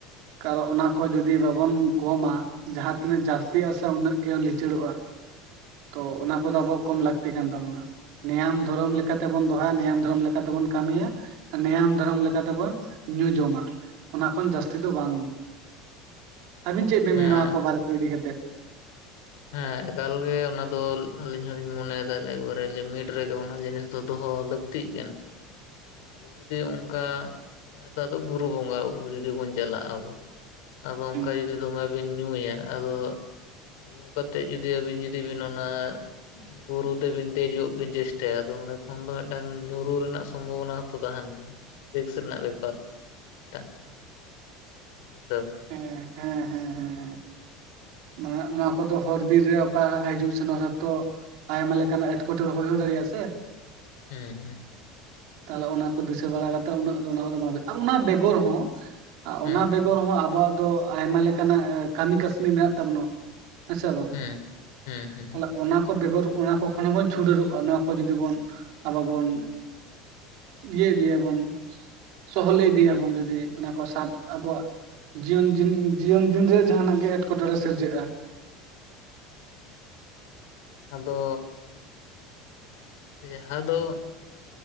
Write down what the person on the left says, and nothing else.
ᱦᱮᱸ
ᱦᱮᱸ ᱮᱠᱟᱞᱜᱮ ᱚᱱᱟ ᱫᱚ ᱟᱞᱤᱧ ᱦᱚᱞᱤᱧ ᱢᱚᱱᱮᱭᱮᱫᱟ ᱮᱠᱵᱟᱨᱮ ᱞᱤᱢᱤᱴ ᱨᱮᱜᱮ ᱚᱱᱟ ᱡᱤᱱᱤᱥ ᱫᱚ ᱫᱚᱦᱚ ᱞᱟᱹᱠᱛᱤᱼᱼ ᱛᱤᱜ ᱠᱟᱱᱟ᱾ ᱟᱫᱚ ᱡᱩᱫᱤ ᱚᱱᱠᱟ ᱡᱟᱦᱟᱸ ᱫᱚ ᱟᱫᱚ ᱵᱩᱨᱩ ᱵᱚᱸᱜᱟ ᱟᱵᱚ ᱡᱩᱫᱤ ᱵᱚᱱ ᱪᱟᱞᱟᱜᱼᱟ ᱟᱵᱚ᱾ ᱟᱫᱚ ᱚᱱᱠᱟ
ᱡᱚᱫᱤ ᱫᱚᱢᱮ ᱵᱤᱱ ᱧᱩᱭᱟ ᱟᱫᱚᱼᱼ ᱧᱩ ᱠᱟᱛᱮᱫ ᱡᱩᱫᱤ ᱟᱹᱵᱤᱱ ᱡᱩᱫᱤ ᱵᱤᱱ ᱚᱱᱟ᱾ ᱵᱩᱨᱩ ᱛᱮᱵᱤᱱ ᱫᱮᱡᱚᱜ ᱵᱤᱱ ᱪᱮᱥᱴᱟᱭᱟ ᱟᱫᱚ ᱚᱸᱰᱮ ᱠᱷᱚᱱ ᱫᱚ ᱢᱤᱫᱴᱟᱝ ᱧᱩᱨᱩ ᱨᱮᱱᱟᱜ ᱥᱚᱢᱚᱼᱼ ᱵᱷᱚᱱᱟ ᱦᱚᱸᱛᱚ ᱛᱟᱦᱮᱱ ᱜᱮᱭᱟ ᱨᱤᱠᱥ ᱨᱮᱱᱟᱜ ᱵᱮᱯᱟᱨ ᱢᱤᱫᱴᱟᱝ᱾ ᱦᱮ ᱥᱮ <inaudible>
ᱦᱩᱸ ᱦᱩᱸ
ᱦᱩᱸ
ᱦᱩᱸ ᱦᱩᱸ ᱦᱩᱸ
ᱟᱫᱚ ᱡᱟᱦᱟᱸ ᱫᱚ᱾